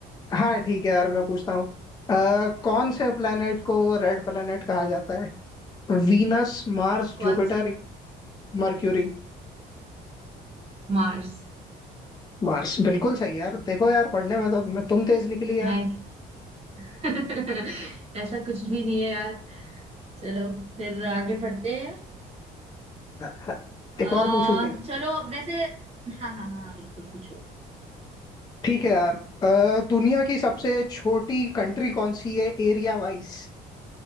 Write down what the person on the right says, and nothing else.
कौन
सी
मार्स
थैंक <laughs> ऐसा कुछ भी नहीं है यार चलो फिर आगे बढ़ते हैं
आ,
चलो वैसे हाँ हाँ हाँ हाँ, बिल्कुल पूछो